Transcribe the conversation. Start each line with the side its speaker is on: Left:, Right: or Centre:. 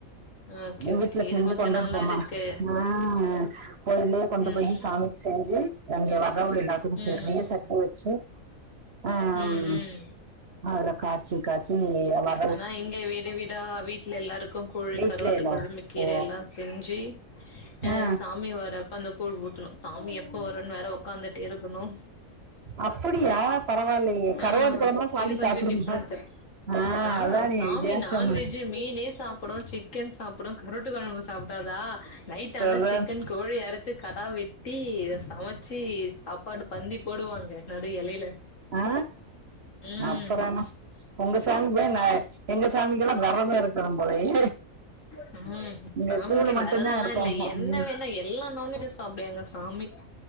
Left: ஓகே
Right: மு வீட்ல
Left: ஓகே
Right: செஞ்சு
Left: இது கொஞ்சோ
Right: கொண்டுட்டு
Left: நல்லா
Right: போம்மா
Left: இருக்கு
Right: அ கோயில்லே கொண்டு
Left: ம் ம்
Right: போய் சாமிக் செஞ்சு அங்கே வரவுல்எல்லாத் துக்கு
Left: ம்
Right: பெரிய சட்டி வெச்சு அம்
Left: ம் ம்
Right: அதுல காச்சி காச்சி வ
Left: அனா இங்க வீடு வீடா வீட்ல எல்லாருக்குள் கூழு
Right: வீட்ல
Left: கரோட்டு
Right: எல்லாரும்
Left: கொழும்பு கீர
Right: ஓ
Left: எல்லா செஞ்சி அ
Right: ஆ,
Left: சாமி வரப்ப அந்த கூழ் ஊத்துணு சாமி எப்போ வரன்னு வேற உக்காந்துட்டே இருக்கணு
Right: அப்படியா பரவாயில்லையே கருவாட்டு
Left: அ
Right: குழம்புலாம் சாமி
Left: இது கொஞ்சோ
Right: சாப்பிடுமா
Left: டிஃப்ரெண்ட்
Right: ஆஹ்
Left: ஆ
Right: அதானே
Left: சாமி
Right: வித்தியாசமா
Left: நான்வெஜ்ஜு மீனே சாப்புடு சிக்கென் சாப்புடு கருட்டு கொழம்பு சாப்புடாதா நைட் ஆனா
Right: இருக்கு
Left: சிக்கன் கோழி எரத் த்து கடா வெட்டி சமச்சு சாப்பாடு பந்தி போடுவாங்க நடு எலையில
Right: ஆ
Left: ம்
Right: அப்புறான உங்க சாமி போய் நா எங்க சாமிக்கெல்லா வெரதோ இருக்கணு போலயே
Left: சரி ம்
Right: இங்க
Left: சாமிக்கு
Right: கூழ் மட்டும்தான்
Left: வெரதெல்லா
Right: எடுப்பாங்க
Left: இல்ல என்னவேணு
Right: ம்,
Left: எல்லா நான்வெஜ் சாப்பு எங்க சாமி